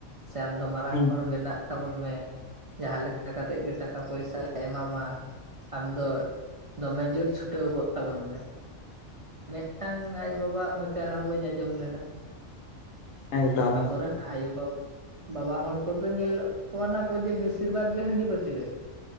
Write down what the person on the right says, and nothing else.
ᱥᱮ ᱟᱢ ᱫᱚ ᱢᱟᱨᱟᱝ
ᱦᱚᱲ ᱵᱮᱱᱟᱜ ᱛᱟᱵᱚᱱ ᱢᱮ᱾ ᱡᱟᱦᱟᱸ ᱞᱮᱠᱟ ᱠᱟᱛᱮᱫ ᱜᱮ ᱴᱟᱻ ᱯᱚᱭᱥᱟ ᱞᱮ ᱮᱢᱟᱢᱟ ᱟᱢ ᱫᱚ ᱫᱚᱢᱮ ᱡᱩᱨ ᱪᱷᱩ ᱪᱷᱩᱴᱟᱹᱣ ᱠᱚᱜ ᱛᱟᱵᱚᱱ ᱢᱮ᱾ ᱢᱤᱫᱴᱟᱝ ᱟᱭᱳ ᱵᱟᱵᱟᱻᱟᱜ ᱢᱚᱪᱟ ᱨᱮᱦᱚᱸ ᱵᱟᱹᱧ ᱟᱸᱡᱚᱢ ᱞᱮᱫᱟ᱾
ᱟᱵᱚᱨᱮᱱ ᱟᱭᱳ-ᱵᱟᱵᱟ ᱵᱟᱵᱟ ᱦᱚᱲ ᱠᱚᱫᱚ ᱧᱮᱞᱚᱜ ᱠᱟᱱᱟ ᱠᱚ ᱡᱮ ᱵᱤᱥᱤᱨ ᱵᱷᱟᱜᱽ ᱜᱮ ᱦᱟᱺᱰᱤ ᱵᱷᱟᱹᱴᱤ ᱨᱮ᱾